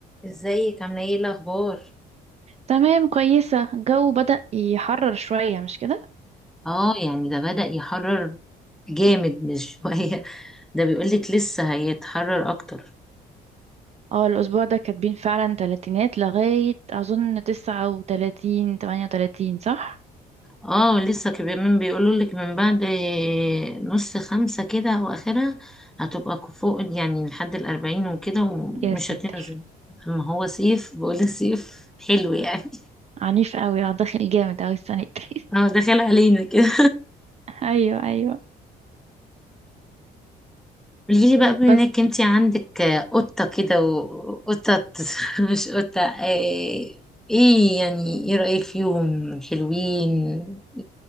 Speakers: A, in the centre; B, on the right.
A: ازيك عامله ايه الاخبار
B: تمام كويسة الجو بدأ يحرر شوية مش كده؟
A: اه يعني ده بدأ يحرر جامد مش <laughs> شوية ده بيقولك لسه هيتحرر اكتر
B: اه الأسبوع ده كاتبين فعلا تلاتينات لغاية أظن تسعة وتلاتين تمانية وتلاتين صح؟
A: اه لسه كمان بيقولولك من بعد نص خمسة كده او اخرها هتبقى فوق يعني لحد الاربعين وكده ومش
B: يا ساتر
A: هتنزل اما هو صيف بقول صيف حلو يعني
B: عنيف قوي اه داخل جامد قوي السنة دي
A: <laughs> اه داخل علينا كده
B: <laughs> أيوه أيوه
A: قوليلي بقى بما انك
B: بس
A: انتي عندك قطة كده وقطة <laughs> مش قطة ايه إيه يعني ايه رأيك فيهم حلوين